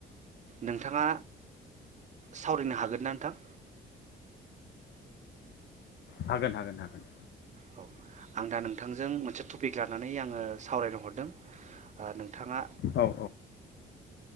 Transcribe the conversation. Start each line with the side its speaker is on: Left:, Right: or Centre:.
Right: नोंथाङा सावरायनो हागोन ना नोंथां?
Left: हागोन हागोन हागोन।
Right: औ आं दा नोंथांजों मोनसे टपिक लानानै आङो सावरायनो हरदों। बिथाङा
Left: औ औ